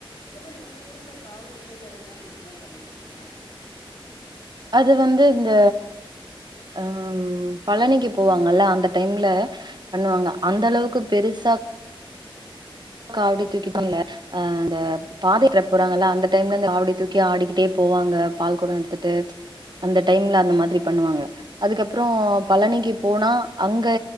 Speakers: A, on the left; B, on the right.
A: இத மாரி உங் ங்க ஊரல காவடிகள் அது மாரி இதுக்கெலா பண்ணிருக்கீங்களா
B: அது வந்து இந்த ம் பழனிக்கு போவாங்கல்ல அந்த டைம்ல பண்ணுவாங்க அந்தளவுக்கு பெருசா காவிடி தூக்கி பண்ல அ அந்த பாதையற போறாங்கல்ல அந்த டைம்ல ஆவிடி தூக்கி ஆடிக்கிட்டே போவாங்க பால் கொடோ எடுத்துட்டு அந்த டைம்ல அந்த மாதிரி பண்ணுவாங்க அதுக்கப்புறோ பழனிக்கு போனா அங்கே